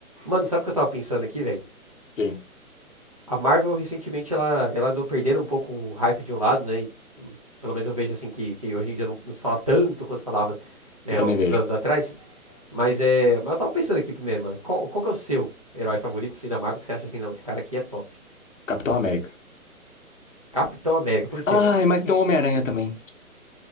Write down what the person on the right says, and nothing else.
Mano, sabe o que eu tava pensando aqui, velho?
A Marvel recentemente ela, ela andou perdendo um pouco o hype de um lado, né? E, hum, pelo menos eu vejo assim que, que hoje em dia não nos fala tanto quanto falava, né,
uns
anos atrás. Mas é. Mas eu tava pensando aqui primeiro, mano. Qual, qual que é o seu herói favorito assim, da Marvel que você acha assim, não, esse cara aqui é top?
Capitão América, por quê,
mano?